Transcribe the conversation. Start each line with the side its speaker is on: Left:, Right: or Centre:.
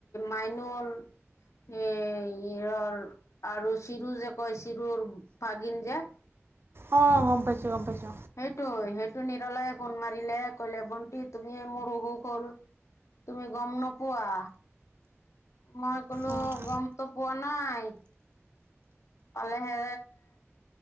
Left: মাইনুল সেই ইৰ আৰু চিৰ যে কয় চিৰৰ ভাগিন যে।
Right: অ গম পাইছো গম পাইছো।
Left: সেইটোৱ সেইটো নিৰলাই ফোন মাৰিলে কলে ভন্তি তুমি মোৰ অসুখ হ'ল। তুমি গম নপোৱা। মই ক'লো
Right: অঁ
Left: গমটো পোৱা নাই। পালেহে।